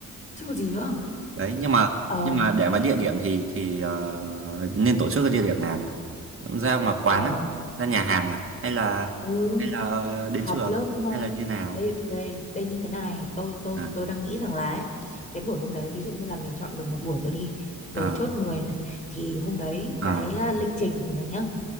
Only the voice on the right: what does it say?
đấy nhưng mà
nhưng mà để
mà địa điểm thì thì ờ, nên tổ chức ở địa điểm nào nhỉ ra ngoài quán
à ra nhà hàng à hay là
hay là
đến trường
hay là như nào
à
à
à